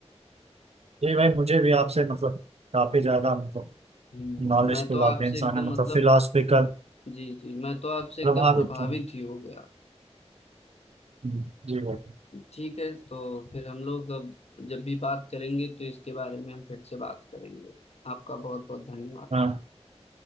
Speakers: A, on the right; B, on the left.
A: ये भाई मुझे भी आपसे मतलब काफी ज्यादा मतलब
B: हम्म,
A: नॉलेजफुल
B: मैं तो
A: आप
B: आपसे
A: इंसान
B: एकदम
A: है मतलब
B: मतलब
A: फिलोसफिकल
B: जी जी मैं तो आपसे
A: प्रभावित
B: एकदम प्रभावित
A: हूँ
B: ही हो गया
A: हम्म, जी भाई
B: ठीक है तो फिर हम लोग अब जब भी बात करेंगे तो इसके बारे में हम फिर से बात करेंगे आपका बहुत बहुत धन्यवाद
A: हाँ